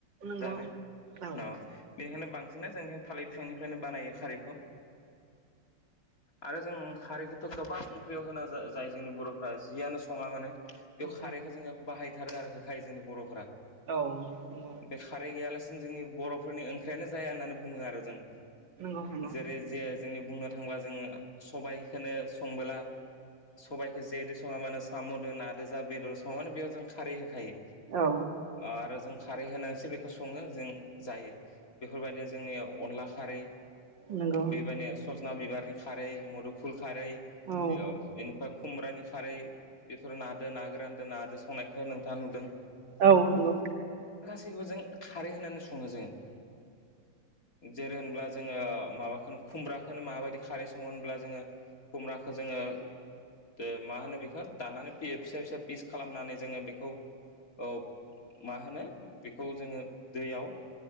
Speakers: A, on the right; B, on the left.
A: नंगौ
B: जानो
A: औ
B: अ बेनिखायनो बांसिन सिनो जोंनि थालिर बिफांनि फ्रायनो बानायो खारैखौ। आरो जों खारै खौथ' गोबां ओंख्रियाव होना जा जायो जोंनि बर'फ्रा जियानो सङा मानो। बेयाव
A: नंगौ
B: खारैखौ जोङो बाहाय थारो आरो होखायो जोंनि बर'फोरा
A: औ नंगौ
B: बे खारै गैया लासिनो जोंनि बर'फोरनि ओंख्रियानो जाया होननानै बुङो आरो जों।
A: नंगौ नंगौ
B: जेरै जे जोंनि बुंनो थाङोबा जोंङो सबायखौ संबोला सबाइखौ जेजों सङा मानो साम'जों नादो जा बेदर सङा माने बेयाव जों खारै हो खायो
A: औ
B: आरो खारै होनानैसो बेखौ सङो जों जायो बेफोर बायदिनो जोंनियाव अनला खारै
A: नंगौ
B: बेबायदि सदना बिबारनि खारै मुदु खारै
A: औ
B: बेनिफ्राय खुमब्रानि खारै बेफोर नो ना गोरान दो ना दो खंनायखौ नोंथाङा नुदों।
A: औ नंगौ।
B: गासै खौबो जों खारै होनानै सङो जोङो। जेरै होनब्ला जोङो माबा खौनो खुमब्रा खौनो माबायदि खारै सङो होनब्ला जोङो खुमब्राखौ जोङो दो मा होनो बेखौ दानानै फिसा फिसा फिस खालामनानै जोङो बेखौ औ मा होनो बेखौ जोङो दैयाव